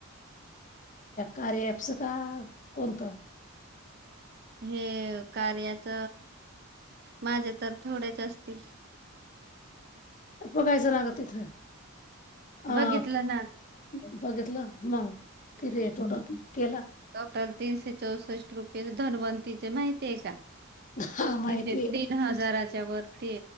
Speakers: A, on the left; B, on the right.
A: कार्य अँप का कोणतं?
B: हे कार्याच. माझे तर थोडेच असतील.
A: बागयच ना तीते इथं ह
B: बघितलं
A: बघ.. मग.
B: हम्म
A: किती टोटल केला
B: टोटल तीनशे चौसष्ट रुपये! धनवंतीचे माहिती आहे का
A: हा माहिती
B: तिथ तीन हजाराच्या वरती.